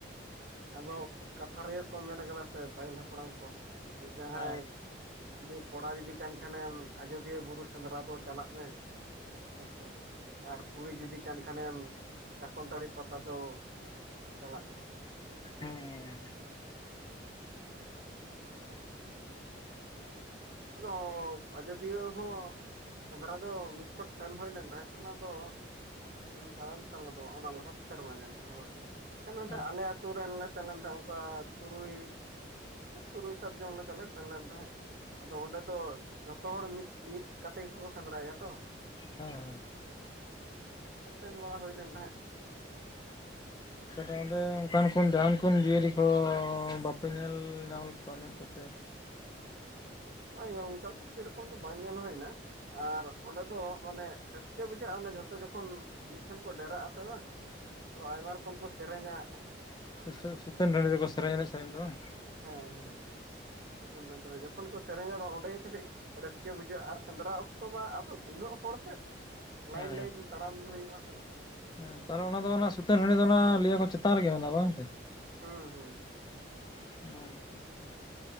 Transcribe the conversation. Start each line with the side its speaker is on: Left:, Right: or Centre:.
Right: ᱟᱫᱚ ᱠᱟᱛᱷᱟ ᱨᱮᱜᱮ ᱠᱚ ᱢᱮᱱ ᱠᱟᱫᱟ ᱥᱮ ᱯᱟᱹᱦᱤᱞ ᱦᱟᱯᱲᱟᱢ ᱠᱚᱼᱼ ᱡᱟᱦᱟᱸᱭ,
Left: ᱦᱮᱸ
Right: ᱡᱩ ᱠᱚᱲᱟ ᱡᱩᱫᱤ ᱠᱟᱱ ᱠᱷᱟᱱᱮᱢ ᱟᱡᱚᱫᱤᱭᱟᱹ ᱵᱩᱨᱩ ᱥᱮᱸᱫᱽᱨᱟ ᱫᱚ ᱪᱟᱞᱟᱜ ᱢᱮ ᱦᱮᱸᱥᱮ ᱵᱟᱝ ᱟᱨ ᱠᱩᱲᱤ ᱡᱩᱫᱤ ᱠᱟᱱ ᱠᱷᱟᱱᱮᱢ ᱪᱟᱠᱚᱞᱛᱟᱹᱲᱤ ᱯᱟᱛᱟ ᱫᱚᱼᱼ ᱪᱟᱞᱟᱜ ᱢᱮ
Left: ᱦᱮᱸ
Right: ᱟᱫᱚ ᱟᱡᱚᱫᱤᱭᱟᱹ ᱦᱚᱸ ᱥᱮᱸᱫᱽᱨᱟ ᱫᱚ ᱢᱤᱫ ᱥᱚᱴ ᱥᱮᱱ ᱦᱳᱭ ᱞᱮᱱ ᱛᱟᱦᱮᱸᱡ ᱚᱱᱟ ᱫᱚᱼᱼ ᱪᱟᱞᱟᱣ ᱮᱱ ᱥᱚᱨᱢᱟ ᱫᱚ ᱚᱱᱟ ᱞᱟᱦᱟ ᱥᱮᱨᱢᱟ ᱡᱟᱹᱱᱤᱡ ᱦᱳᱭ ᱱᱟᱠᱷᱟᱡ
Left: ᱦᱮᱸ
Right: ᱟᱞᱮ ᱟᱹᱛᱩ ᱨᱮᱱ ᱞᱮᱼᱼ ᱥᱮᱱ ᱞᱮᱱ ᱛᱟᱦᱮᱸᱱ ᱚᱱᱠᱟ ᱛᱩᱨᱩᱭ ᱛᱩᱨᱩᱭ ᱥᱟᱛ ᱡᱚᱱ ᱞᱮᱠᱟ ᱞᱮ ᱥᱮᱱ ᱞᱮᱱ ᱛᱟᱦᱮᱸᱫ ᱟᱫᱚ ᱚᱸᱰᱮ ᱫᱚ ᱡᱷᱚᱛᱚ ᱦᱚᱲ ᱢᱤᱫ ᱢᱤᱫ ᱠᱟᱛᱮ ᱜᱮᱠᱚ ᱥᱮᱸᱫᱽᱨᱟᱭᱟ ᱛᱚᱼᱼ
Left: ᱦᱮᱸ ᱦᱮᱸ
Right: ᱥᱮᱱ ᱵᱟᱲᱟ ᱦᱳᱭ ᱞᱮᱱ ᱛᱟᱦᱮᱸᱡ
Left: ᱛᱟᱞᱮ ᱚᱸᱰᱮ ᱚᱱᱠᱟᱱ ᱠᱚ ᱡᱟᱦᱟᱱ ᱠᱚ ᱡᱤᱭᱟᱹᱞᱤ ᱠᱚ ᱵᱟᱯᱮ ᱧᱮᱞ ᱧᱟᱢ ᱞᱮᱫ ᱠᱚᱣᱟ ᱢᱮᱫ ᱠᱚᱛᱮ
Right: ᱵᱟᱝᱭᱟ ᱚᱱᱠᱟ ᱫᱚ ᱥᱮᱨᱚᱠᱚᱢ ᱫᱚ ᱵᱟᱝ ᱧᱮᱞ ᱦᱳᱭᱱᱟ ᱟᱨ ᱚᱸᱰᱮ ᱫᱚ ᱢᱟᱱᱮ ᱨᱟᱹᱥᱠᱟᱹ ᱵᱩᱡᱷᱟᱹᱜᱼᱟ ᱚᱱᱮ ᱡᱷᱚᱛᱚ ᱡᱚᱠᱷᱚᱱ ᱢᱤᱫᱴᱷᱮᱱ ᱠᱚ ᱰᱮᱨᱟᱜ ᱟᱥᱮ ᱵᱟᱝ᱾ ᱟᱫᱚ ᱟᱭᱢᱟ ᱨᱚᱠᱚᱢ ᱠᱚ ᱥᱮᱨᱮᱧᱟᱼᱼ
Left: ᱥᱩᱥᱳ ᱥᱩᱛᱟᱹᱱ ᱰᱟᱺᱰᱤ ᱨᱮᱠᱚ ᱥᱮᱨᱮᱧ ᱮᱱᱮᱡ ᱥᱮᱨᱮᱧ ᱫᱚ ᱵᱟᱝ
Right: ᱦᱮᱸ ᱦᱮᱸ ᱪᱮᱛᱟᱱ ᱴᱟᱸᱰ ᱨᱮ ᱡᱚᱠᱷᱚᱱ ᱠᱚ ᱥᱮᱨᱮᱧᱟ ᱚᱸᱰᱮ ᱜᱮ ᱠᱟᱹᱴᱤᱡᱼᱼ ᱨᱟᱹᱥᱠᱟᱹ ᱵᱩᱡᱷᱟᱹᱜ-ᱟ ᱟᱨ ᱥᱮᱸᱫᱽᱨᱟ ᱚᱠᱛᱚ ᱢᱟ ᱟᱫᱚ ᱱᱩᱱᱟᱹᱜ ᱦᱚᱲ ᱥᱮᱼᱼ ᱞᱟᱭᱤᱱ
Left: ᱦᱮᱸ
Right: ᱞᱟᱭᱤᱱ ᱛᱟᱲᱟᱢ ᱦᱩᱭᱩᱜᱼᱟ ᱥᱮ
Left: ᱦᱮᱸ ᱛᱟᱦᱚᱞᱮ ᱚᱱᱟ ᱫᱚ ᱚᱱᱟ ᱥᱩᱛᱟᱹᱱ ᱴᱟᱹᱰᱤ ᱫᱚ ᱚᱱᱟ ᱞᱟᱹᱭᱟ ᱠᱚ ᱪᱮᱛᱟᱱ ᱨᱮᱜᱮ ᱢᱮᱱᱟᱜ-ᱟ ᱵᱟᱝ ᱥᱮ?
Right: ᱦᱩᱸ ᱦᱩᱸ
Left: <unintelligible>